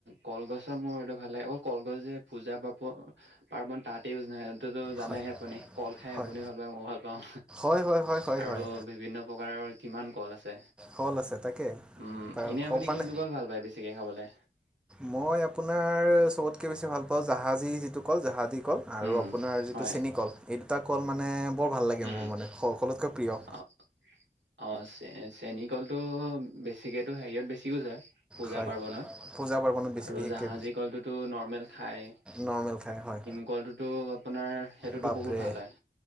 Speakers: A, on the right; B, in the centre.
A: কলগছৰ মোৰ এইটো ভাল লাগে অকল কলগছ যে পূজা <unintelligible> পাৰ্বণ তাতে ইউজ নহয় <unintelligible> জানেই
B: হয়
A: আপুনি কল খাই
B: হয়
A: আপুনি ভাল পায় মই ভাল পাওঁ
B: হয় হয় হয় হয়
A: আৰু
B: হয়
A: <unintelligible> কিমান কল আছে,
B: হল আছে তাকে
A: উম' এনে
B: কওঁ
A: আপুনি
B: মানে
A: কোনটো কল ভাল পায় বেছিকে খাবলৈ।
B: মই আপোনাৰ চবতকৈ বেছি ভাল পাওঁ জাহাজী যিটো কল জাহাজী কল। আৰু
A: উম,
B: আপোনাৰ যিটো
A: হয়।
B: চেনী কল এই দুটা কল মানে বৰ ভাল লাগে
A: উম,
B: মোৰ মানে সকলোতকৈ প্ৰিয়।
A: অ', অ' চে চেনী কলটো বেছিকেতো হেৰিয়ত বেছি ইউজ হয়। পূজা
B: হয়
A: পাৰ্বণত,
B: পূজা পাৰ্বণত বেছি
A: আৰু
B: বিশেষকৈ
A: জাহাজী কলটোতো নৰ্মেল খায়।
B: নৰ্মেল খাই হয়।
A: কোৱালিটোটো আপোনাৰ সেইটোতো
B: বাপৰে
A: বহুত ভাল হয়।